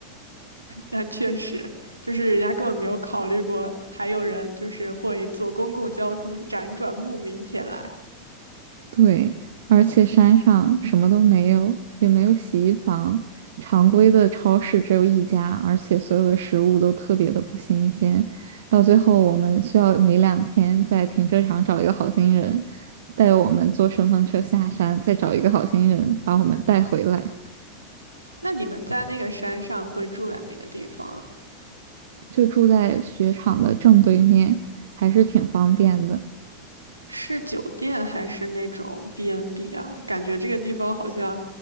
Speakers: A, on the right (about 80°); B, on the right (about 60°).
A: 那确实，就是人家根本没有考虑过，还有人就是会坐公共交通辗转慕名前来。
B: 对，而且山上什么都没有，也没有洗衣房，常规的超市只有一家，而且所有的食物都特别的不新鲜。到最后，我们需要每两天在停车场找一个好心人，带我们坐顺风车下山，再找一个好心人把我们带回来。
A: 那你们在那个山上会住在哪个地方啊？
B: 就住在雪场的正对面，还是挺方便的。
A: 是酒店还是那种 B&B n 啊？感觉这个地方好像